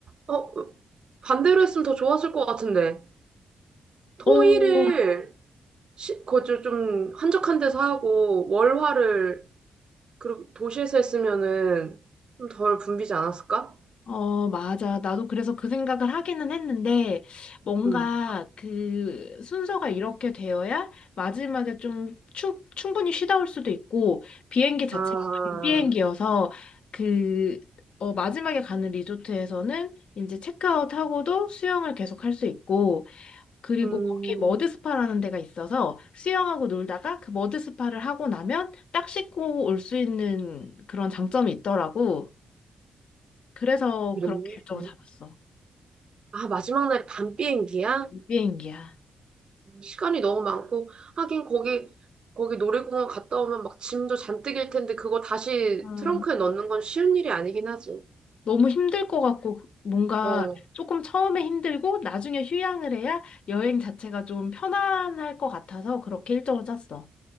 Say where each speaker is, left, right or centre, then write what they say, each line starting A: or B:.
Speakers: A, on the right (about 50°); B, on the left (about 65°).
A: 어, 반대로 했으면 더 좋았을 것 같은데. 토일을,
B: 어,
A: 시, 거주 좀 한적한 데서 하고, 월화를, 그리고 도시에서 했으면은 좀 덜 붐비지 않았을까?
B: 어, 맞아. 나도 그래서 그 생각을 하기는 했는데, 뭔가
A: 음.
B: 그 순서가 이렇게 되어야 마지막에 좀 추, 충분히 쉬다 올 수도 있고, 비행기 자체가
A: 아,
B: 밤 비행기여서, 그, 어, 마지막에 가는 리조트에서는 이제 체크아웃하고도 수영을 계속 할 수 있고, 그리고
A: 음.
B: 거기 머드스파라는 데가 있어서 수영하고 놀다가 그 머드스파를 하고 나면 딱 씻고 올 수 있는 그런 장점이 있더라고. 그래서
A: 그래.
B: 그렇게 일정을 잡았어.
A: 아, 마지막 날이 밤 비행기야?
B: 비행기야.
A: 시간이 너무 많고 하긴 거기 거기 놀이공원 갔다 오면 막 짐도 잔뜩 일 텐데 그거 다시
B: 아, 어.
A: 트렁크에 넣는 건 쉬운 일이 아니긴 하지.
B: 너무 힘들 것 같고 그 뭔가
A: 어,
B: 조금 처음에 힘들고 나중에 휴양을 해야 여행 자체가 좀 편안할 것 같아서 그렇게 일정을 짰어.